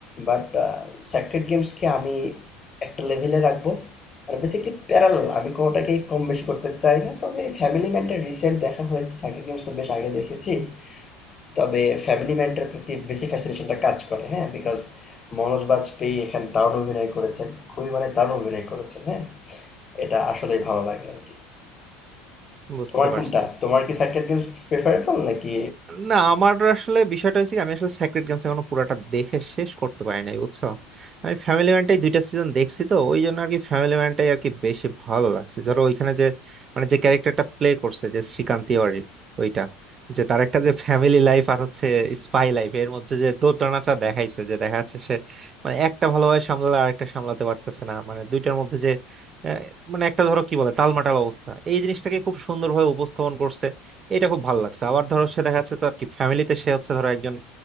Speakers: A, on the left; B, on the right.
A: বাট স্যাক্রেড গেমসকে আমি একটা লেভেলে রাখবো মানে বেসিক্যালি প্যারালাল আমি কোনোটাকে কম বেশি করতে চাই না তবে ফ্যামিলি ম্যানটা রিসেন্ট দেখা হয়েছে স্যাক্রেড গেমস তো বেশ আগে দেখেছি তবে ফ্যামিলি ম্যানটার প্রতি বেশি ফ্যাসিনেশনটা কাজ করে হ্যাঁ? বিকজ মনোজ বাজপেয়ী এখানে দারুণ অভিনয় করেছেন। খুবই মানে দারুণ অভিনয় করেছেন, হ্যাঁ? এটা আসলেই ভালো লাগে আরকি।
B: বুঝতে
A: তোমার
B: পারছি
A: কোনটা? তোমার কি সার্কেল গেমস প্রেফারেবল নাকি
B: না আমার আসলে বিষয়টা হচ্ছে কি, আমি আসলে সেক্রেট গেমস এখনো পুরাটা দেখে শেষ করতে পারি নাই বুঝছো আমি ফ্যামিলি ম্যানটাই দুইটা সিজন দেখছি তো ওই জন্য আর কি ফ্যামিলি ম্যানটাই আর কি বেশি ভালো লাগছে ধরো ওইখানে যে মানে যে ক্যারেক্টারটা প্লে করছে যে শ্রীকান্ত তিওয়ারি ওইটা যে তার একটা যে ফ্যামিলি লাইফ আর হচ্ছে স্পাই লাইফ এর মধ্যে যে দোটানাটা দেখাইছে যে দেখা যাচ্ছে সে মানে একটা ভালোভাবে সামলালে আরেকটা সামলাতে পারতেছে না মানে দুইটার মধ্যে যে আহ, মানে একটা ধরো কি বলে টালমাটাল অবস্থা এই জিনিসটাকে খুব সুন্দরভাবে উপস্থাপন করছে এটা খুব ভালো লাগছে আবার ধরো সে দেখা যাচ্ছে তো আর কি ফ্যামিলিতে সে হচ্ছে ধরো একজন